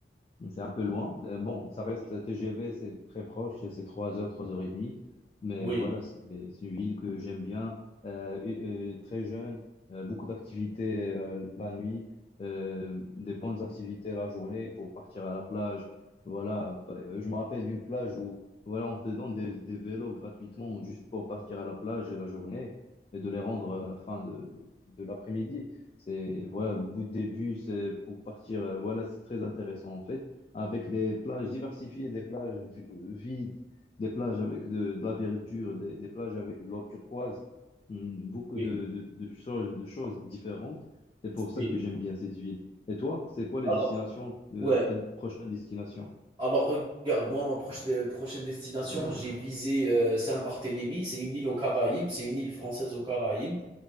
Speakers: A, on the left; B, on the right.
A: c'est un peu loin. mais bon, ça reste
B: oui,
A: TGV, c'est très proche, c'est trois heures, 3 heures et demie. Mais
B: oui,
A: voilà, c'est c'est une ville que j'aime bien, euh, et- euh, très jeune, euh, beaucoup d'activités euh, la nuit, euh, des bonnes activités la journée pour partir à la plage. Voilà, pa- je me rappelle d'une plage où voilà, on te donne des, des vélos gratuitement juste pour partir à la plage la journée et de les rendre à la fin de, de de l'après-midi. C'est voilà, bout de début, c'est pour partir. euh, Voilà, c'est très intéressant en fait avec des plages diversifiées, des plages vi- vides, des plages avec de, de la verdure, des, des plages avec de l'eau turquoise, hum, beaucoup
B: oui,
A: de, de, de choses, de choses différentes. C'est pour ça
B: oui.
A: que j'aime bien cette ville. Et toi, c'est quoi les
B: Alors
A: destinations, euh,
B: ouais,
A: ta prochaine destination?
B: alors regarde, moi, ma proche de prochaine destination, j'ai visé, heu, Saint-Barthélemy. C'est une île aux Caraïbes, c'est une île française aux Caraïbes